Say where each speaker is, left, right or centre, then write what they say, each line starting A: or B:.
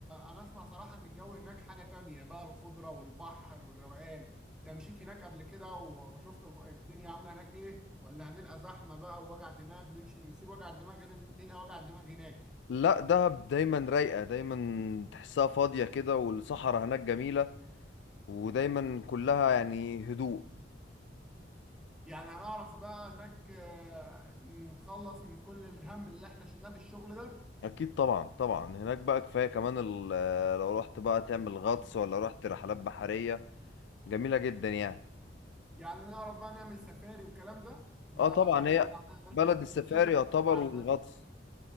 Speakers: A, in the centre; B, on the left.
A: انا اسمع صراحة ان الجو هناك حاجة تانية بقى الخضرة والبحر والروقان انت مشيت هناك قبل كده و- وشفت الخ- الدنيا عاملة هناك ايه ولا هنلقى زحمة بقى ووجع دماغ نمشي نسيب وجع الدماغ هنا نلقى وجع الدماغ هناك
B: لا دهب دايما رايقة دايما تحسها فاضية كده والصحراء هناك جميلة ودايما كلها يعني هدوء
A: يعني هنعرف بقى هناك آه، نتخلص من كل الهم اللي احنا شلناه في الشغل ده
B: اكيد طبعا طبعا هناك بقى كفاية كمان ال- آه، لو رحت بقى تعمل غطس ولا رحت رحلات بحرية جميلة جدا يعني
A: يعني نعرف بقى نعمل سفاري والكلام ده بقى
B: اه طبعا
A: نطلع
B: هي
A: بقى يا
B: بلد
A: باشا ونشوف
B: السفاري يعتبر
A: الجماعة
B: والغطس
A: البدو